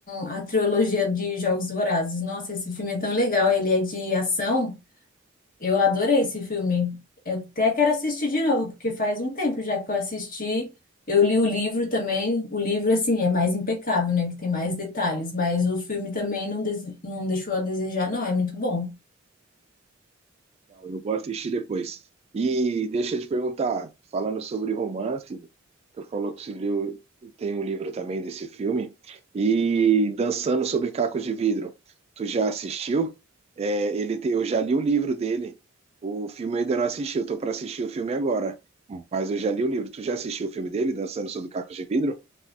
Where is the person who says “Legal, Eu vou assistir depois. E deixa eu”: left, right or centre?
Right